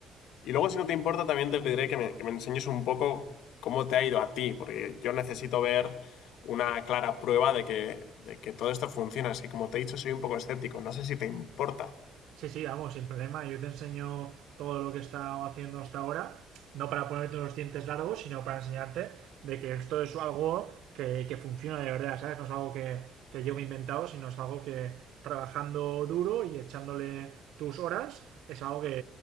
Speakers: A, on the left; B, on the right.
A: Y luego, si no te importa, también te pediré que me, que me enseñes un poco cómo te ha ido a ti, porque yo necesito ver una clara prueba de que, de que todo esto funciona. Así como te he dicho, soy un poco escéptico. No sé si te importa.
B: Sí, sí, vamos, sin problema. Yo te enseño todo lo que he estado haciendo hasta ahora, no para ponerte unos dientes largos, sino para enseñarte de que esto es algo que, que funciona de verdad, ¿sabes? No es algo que, que yo me he inventado, sino es algo que trabajando duro y echándole tus horas, es algo que,